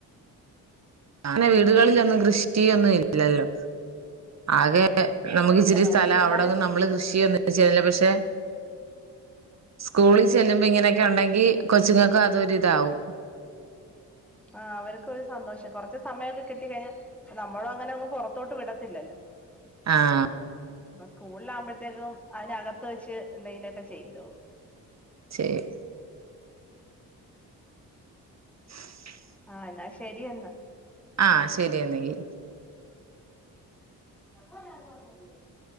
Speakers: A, on the right; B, in the centre.
A: ങ്ങനെ വീടുകളിലൊന്നും കൃഷി കൃഷിയൊന്നും ഇല്ലല്ലോ ആകെ
B: ആ
A: നമുക്ക്
B: ഇല്ല
A: ഇച്ചിരി
B: നമ്മുടെ
A: സ്ഥലം
B: പിള്ളേര്
A: അവിടെങ്ങും നമ്മള് കൃഷിയൊ <unintelligible> പക്ഷെ സ്കൂളിൽ ചെല്ലുമ്പോ ഇങ്ങനെയൊക്കെ ഉണ്ടെങ്കിൽ കൊച്ചിങ്ങൾക്ക് അതൊരിതാവും
B: ആ അവർക്കൊരു സന്തോഷം കൊറച്ച് സമയൊക്കെ കിട്ടി കഴിഞ്ഞാ നമ്മളും അങ്ങനെ അങ്ങ് പുറത്തോട്ടൊന്നും വിടത്തില്ലല്ലോ
A: ആഹ്
B: ഇപ്പൊ സ്കൂളില ആകുമ്പഴത്തേക്കും അതിനകത്ത് വെച്ച് എന്തെങ്കിലൊക്കെ ചെയ്തോളും
A: <inaudible> <inaudible>
B: ആഹ് എന്നാ ശരിയെന്ന
A: ആഹ് ശരിയെന്നങ്കി
B: <inaudible>